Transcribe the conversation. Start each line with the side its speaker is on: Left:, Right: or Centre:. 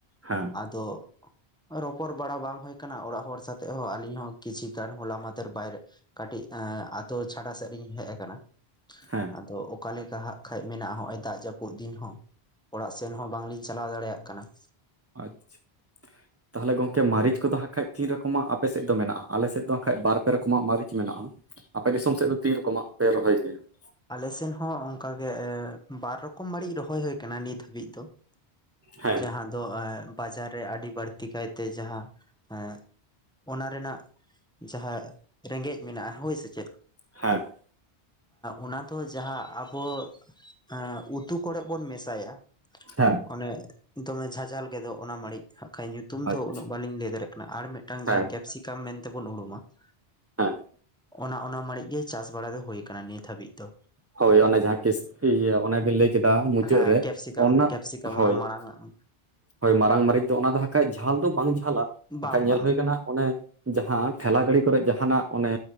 Right: ᱦᱮᱸ
Centre: ᱟᱫᱚ ᱾ ᱨᱚᱯᱚᱲ ᱵᱟᱲᱟ ᱵᱟᱝ ᱦᱩᱭ ᱠᱟᱱᱟ ᱚᱲᱟᱜ ᱦᱚᱲ ᱥᱟᱛᱮᱜ ᱦᱚᱸ ᱟᱹᱞᱤᱧ ᱦᱚᱸ ᱠᱤᱪᱷᱩ ᱜᱟᱱ ᱦᱚᱞᱟ ᱢᱟ ᱫᱷᱮᱨ ᱵᱟᱭ ᱠᱟᱹᱴᱤᱡ ᱟᱛᱳ ᱪᱷᱟᱰᱟ ᱥᱮᱫ ᱨᱤᱧ ᱦᱮᱡ ᱟᱠᱟᱱᱟ ᱾
Right: ᱦᱮᱸ᱾
Centre: ᱟᱫᱚ ᱚᱠᱟ ᱞᱮᱠᱟ ᱦᱟᱜ ᱠᱷᱟᱡ ᱢᱮᱱᱟᱜᱼᱟ ᱱᱚᱜ ᱚᱭ ᱫᱟᱜ ᱡᱟᱹᱯᱩᱫ ᱫᱤᱱ ᱦᱚᱸ ᱾ ᱚᱲᱟᱜ ᱥᱮᱱ ᱦᱚᱸ ᱵᱟᱝᱞᱤᱧ ᱪᱟᱞᱟᱣ ᱫᱟᱲᱮᱭᱟᱜ ᱠᱟᱱᱟ ᱾
Right: ᱟᱪᱪᱷᱟ ᱛᱟᱦᱚᱞᱮ ᱜᱚᱝᱠᱮ ᱢᱟᱨᱤᱡ ᱠᱚ ᱫᱚ ᱦᱟᱸᱜ ᱠᱷᱟᱡ ᱛᱤᱱ ᱨᱚᱠᱚ ᱢᱟᱜ ᱟᱯᱮ ᱥᱮᱫ ᱫᱚ ᱢᱮᱱᱟᱜᱼᱟ ᱟᱞᱮ ᱥᱮᱫ ᱫᱚ ᱠᱷᱟᱡ ᱵᱟᱨ ᱯᱮ ᱨᱚᱠᱚ ᱢᱟᱜ ᱢᱟᱹᱨᱤᱪ ᱢᱮᱱᱟᱜᱼᱟ ᱾ ᱟᱯᱮ ᱫᱤᱥᱚᱢ ᱥᱮᱫ ᱫᱚ ᱛᱤᱱ ᱨᱚᱠᱚ ᱢᱟᱜ ᱯᱮ ᱨᱚᱦᱚᱭ ᱠᱮᱭᱟ ᱾
Centre: ᱟᱞᱮ ᱥᱮᱱ ᱦᱚᱸ ᱚᱱᱠᱟ ᱜᱮ ᱵᱟᱨ ᱨᱚᱠᱚᱢ ᱢᱟᱹᱲᱤᱡ ᱨᱚᱦᱚᱭ ᱦᱩᱭᱳ ᱟᱠᱟᱱᱟ ᱱᱤᱛ ᱦᱟᱹᱵᱤᱡ ᱫᱚ ᱾
Right: ᱦᱮᱸ
Centre: ᱡᱟᱦᱟᱸ ᱫᱚ ᱵᱟᱡᱟᱨ ᱨᱮ ᱟᱹᱰᱤ ᱵᱟᱹᱲᱛᱤ ᱠᱟᱭᱛᱮ ᱡᱟᱦᱟᱸ ᱦᱮᱸ ᱾ ᱚᱱᱟ ᱨᱮᱱᱟᱜ ᱡᱟᱦᱟᱸ ᱨᱮᱸᱜᱮᱡ ᱢᱮᱱᱟᱜᱼᱟ ᱦᱳᱹᱭ ᱥᱮ ᱪᱮᱫ ᱾
Right: ᱦᱮᱸ᱾
Centre: ᱚᱱᱟ ᱫᱚ ᱡᱟᱦᱟᱸ ᱟᱵᱚ ᱦᱮᱸ ᱩᱛᱩ ᱠᱚᱨᱮ ᱵᱚᱱ ᱢᱮᱥᱟᱭᱟ᱾
Right: ᱦᱮᱸ
Centre: ᱚᱱᱮ ᱫᱚᱢᱮ ᱡᱷᱟᱡᱷᱟᱞ ᱜᱮ ᱫᱚᱜ ᱚᱱᱟ ᱢᱟᱹᱲᱤᱡ ᱦᱟᱠᱷᱚᱡ ᱧᱩᱛᱩᱢ
Right: ᱟᱪᱪᱷᱟ
Centre: ᱫᱚ ᱩᱱᱟᱹᱜ ᱵᱟᱹᱞᱤᱧ ᱞᱟᱹᱭ ᱫᱟᱲᱮᱭᱟᱜ ᱠᱟᱱᱟ ᱟᱨ ᱢᱤᱫᱴᱟᱝ
Right: ᱦᱮᱸ
Centre: ᱡᱟᱦᱟᱸ ᱠᱮᱯ ᱾ ᱥᱤᱠᱟᱢ ᱢᱮᱱ ᱛᱮ ᱵᱚᱱ ᱩᱨᱩᱢᱟ ᱾
Right: ᱦᱮᱸ᱾
Centre: ᱚᱱᱟ ᱚᱱᱟ ᱢᱟᱹᱨᱤᱡ ᱜᱮ ᱪᱟᱥ ᱵᱟᱲᱟ ᱫᱚ ᱦᱳᱹᱭ ᱟᱠᱟᱱᱟ ᱱᱤᱛ ᱦᱟᱹᱵᱤᱡ ᱫᱚ ᱾
Right: ᱦᱳᱹᱭ ᱚᱱᱮ ᱡᱟᱦᱟᱸ ᱠᱤᱥ ᱤᱭᱟᱹ ᱚᱱᱮ ᱵᱮᱱ ᱞᱟᱹᱭ ᱠᱮᱫᱟ ᱢᱩᱪᱟᱹᱫ
Centre: ᱦᱮᱸ
Right: ᱨᱮ
Centre: ᱠᱮᱯᱥᱤᱠᱟᱢ
Right: ᱚᱱᱟ
Centre: ᱠᱮᱯᱥᱤᱠᱟᱢ
Right: ᱦᱳᱹᱭ
Centre: ᱚᱱᱟ ᱢᱟᱲᱟᱝ ᱟᱜ
Right: ᱾ ᱦᱳᱹᱭ ᱢᱟᱨᱟᱝ ᱢᱟᱹᱨᱤᱪ ᱫᱚ ᱚᱱᱟ ᱫᱚ ᱦᱟᱜ ᱠᱷᱟᱡ ᱡᱷᱟᱞ ᱫᱚ ᱵᱟᱝ ᱡᱷᱟᱞᱟᱼᱟ ᱵᱟᱠᱷᱟᱡ
Centre: ᱵᱟᱝ
Right: ᱧᱮᱞ
Centre: ᱵᱟᱝ
Right: ᱦᱩᱭ ᱠᱟᱱᱟ ᱚᱱᱮ ᱾ ᱡᱟᱦᱟᱸ ᱴᱷᱮᱞᱟ ᱜᱟᱹᱲᱤ ᱠᱚᱨᱮ ᱡᱟᱦᱟ ᱱᱟᱜ ᱚᱱᱮ